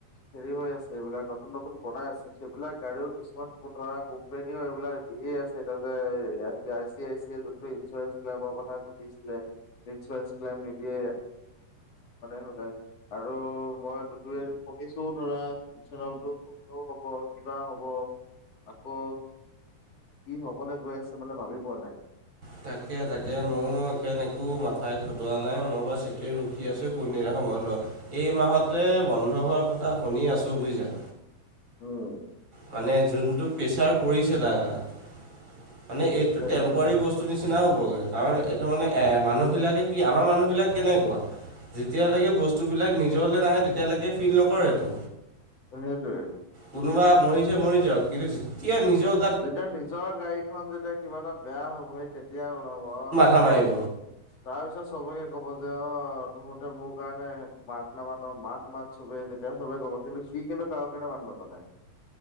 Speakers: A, on the left; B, on the right.
A: হেৰি হৈ আছে এইবিলাক নতুন নতুন বনাই আছে সেইবিলাক গাড়ীও কিছুমান ধৰা কোম্পানীও এইবিলাক দিয়ে আছে <unintelligible> আই চি আই চি এ যটো ইঞ্চুৰেঞ্চ ক্লেইমৰ কথা সুধিছিলে ইঞ্চুৰেঞ্চ ক্লেইম নিদিয়ে, <unintelligible> আৰু মই টুৱেল শুনিছো ধৰা ইথেনলটো বন্ধও হব কিবা হ'ব। আকৌ কি হবলে গৈ আছে বোলে ভাবি পোৱা নাই।
B: তাকে তাকে মোৰ এখন একো মাথাই খটোৱা নাই মই বা চিট ৰখি আছো কোনদিনা বন্ধ এই মাহতে বন্ধ হোৱাৰ কথা শুনি আছো বুজিছে।
A: উম।
B: মানে যোনটো প্ৰেছাৰ পৰিছে টা গাত মানে এইটো
A: সেইটোৱে
B: টেম্পৰী বস্ত- বস্তু নিচিনাই হ'বগে, কাৰণ এইটো মানে এ মানুহ বিলাকে কি আমাৰ মানুহ বিলাক কেনেকুৱা। যেতিয়ালৈকে বস্তুবিলাক নিজলে নাহে তেতিয়ালৈকে ফিল নকৰেটো।
A: অ সেইটোৱে।
B: কোনোবা মৰিছে মৰি যাওক, কিন্তু যেতিয়া নিজক
A: তেতিয়া নিজৰ গাড়ীখন যেতিয়া কিবা এটা বেয়া হ'বহ তেতিয়া ওলাব অ
B: থা মাৰিব।
A: তাৰ পিছত চবকে কব যে অ তহতে মোৰ কাৰণে মাত নামাত মাত মাত চবেই তেতিয়া সবেই ক'ব কিন্তু সি কিন্তু কাৰো কাৰণে মাত মতা নাই।